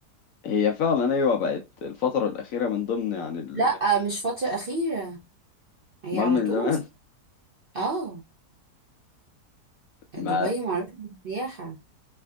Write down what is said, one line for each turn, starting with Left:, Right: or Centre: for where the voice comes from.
Left: هي فعلا ايوه بقت الفتره الاخيره من ضمن يعني ال-
Right: لا مش فترة اخيرة هي
Left: امال
Right: على
Left: من
Right: طول
Left: زمان
Right: اه
Left: <laughs>
Right: دبي معروفة بالسياحة